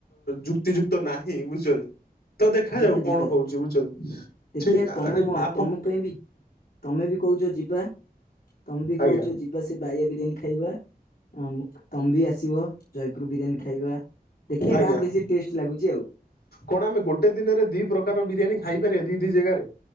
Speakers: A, on the left (about 90°); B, on the left (about 70°).
A: ଯୁକ୍ତିଯୁକ୍ତ ନାହିଁ ବୁଝିଛନ୍ତି। ତ ଦେଖାଯାଉ
B: ଯିବା ଯିବା
A: କଣ ହଉଛି
B: ଦେଖି
A: ବୁଝୁଛନ୍ତି
B: ଦେଖିବା
A: ସେ ଆରେ
B: ତମ ମ
A: ଆପ
B: ତମ ପାଇଁ ବି ତମେ ବି କହୁଛ ଯିବା ତମେ ବି
A: ଆଜ୍ଞା
B: କହୁଛ ଯି ପୁରା ସେ ବାୟା ବିରିୟାନୀ ଖାଇବା ଉଁ ତମ ମ୍ବି ଆସିବ। ଜୟପୁରୁ ବିରିୟାନୀ ଖାଇବା ଦେଖିବା
A: ଆଜ୍ଞା
B: କାହାର ବେଶୀ ଟେଷ୍ଟ ଲାଗୁଛି ଆଉ।
A: କଣ ଆମେ ଗୋଟେ ଦିନରେ ଦି ପ୍ରକାର ବିରିୟାନୀ ଖାଇପାରିବା ଦି ଦି ଜାଗାରେ